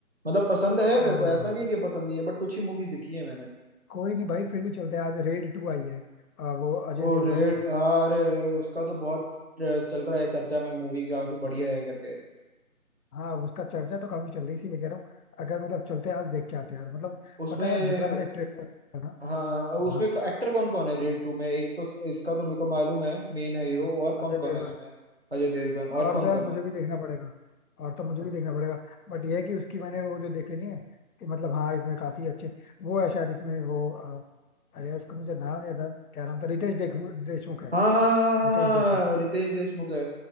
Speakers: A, on the right (about 50°); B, on the left (about 90°).
A: मतलब पसंद है
B: ओ,
A: मेरे को ऐसा नहीं है कि पसंद नहीं है बट कुछ ही मूवीज देखी है मैंने
B: कोई नहीं भाई फिर भी चलते हैं आज रेड टू आई है आ, वो अजय
A: वो
B: देवगन
A: रेड
B: की
A: हाँ, अरे रे उसका तो बहुत ट्रे- चल रहा है चर्चा में मूवी काफी बढ़िया है करके
B: हाँ उसका चर्चा तो काफी चल रही है, इसीलिए कह रहा हूँ अगर मतलब चलते हैं, आज देख के आते हैं यार मतलब
A: उसमें
B: पता है जितना मैंने ट्रेलर देखा ना
A: हाँ उसमें
B: हाँ
A: एक्टर कौन कौन है रेड टू में एक तो इसका तो मेरे को मालूम है मेन है हीरो और कौन
B: अजय
A: कौन
B: देवगन
A: है उसमें अजय देवगन और
B: और
A: कौन
B: तो यार
A: कौन
B: मुझे
A: है
B: भी देखना पड़ेगा और तो मुझे
A: अच्छा,
B: भी देखना पड़ेगा बट ये है कि उसकी मैंने वो जो देखे नहीं है कि मतलब हाँ इसमें काफी अच्छे वो है शायद इसमें वो अ, अरे उसका मुझे नाम नहीं आता क्या नाम था रितेश देख देशमुख है
A: हाँ हाँ हाँ
B: रितेश
A: हाँ,
B: देशमुख
A: हाँ, हाँ, रितेश देशमुख है